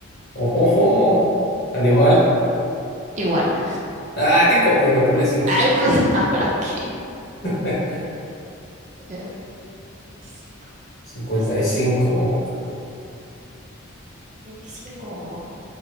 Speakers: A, on the left; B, on the right.
A: Ojo, animal.
B: Iguana.
A: Ah, qué copiona, ponle cinco.
B: Ay, <laughs> pues ahora aquí.
A: <laughs>
B: Eh, 25.
A: cincuenta
B: listo.
A: y cinco,
B: 25. <laughs>